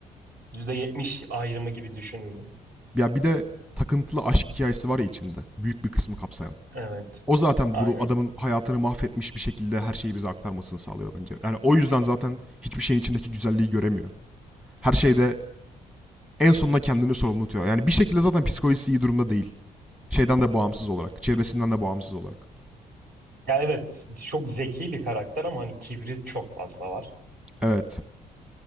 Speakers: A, on the right (about 45°); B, in the centre.
A: yüzde yetmiş ayrımı gibi düşünürüm.
B: Ya bir de takıntılı aşk hikayesi var ya içinde. Büyük bir kısmı kapsayan.
A: Evet.
B: O zaten
A: Aynen.
B: bu adamın hayatını mahvetmiş bir şekilde her şeyi bize aktarmasını sağlıyor bence. Yani o yüzden zaten hiçbir şeyin içindeki güzelliği göremiyor. Her şeyde en sonunda kendini sorumlu tutuyor. Yani bir şekilde zaten psikolojisi iyi durumda değil. Şeyden de bağımsız olarak. Çevresinden de bağımsız olarak.
A: Ya evet çok zeki bir karakter ama hani kibri çok fazla var.
B: Evet.